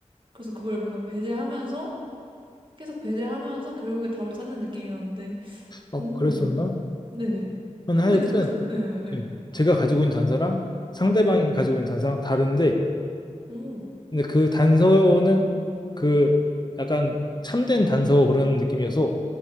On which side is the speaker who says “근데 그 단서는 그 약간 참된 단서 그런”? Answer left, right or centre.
Left